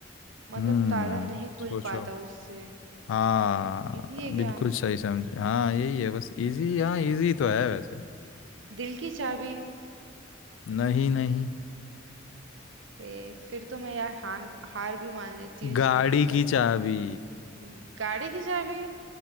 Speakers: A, on the right; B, on the left.
A: मतलब
B: हम्म
A: ताला नहीं
B: सोचो
A: खुल पाता उससे
B: हाँ
A: इजी है क्या
B: बिल्कुल सही समझे हाँ यही है बस इजी हाँ इजी तो है वैसे
A: दिल की चाबी
B: नहीं नहीं
A: ए, फिर तो मैं यार हार हार भी मान लेती हूँ इसमें
B: गाड़ी
A: वापस
B: की चाबी
A: हम्म, गाड़ी की चाबी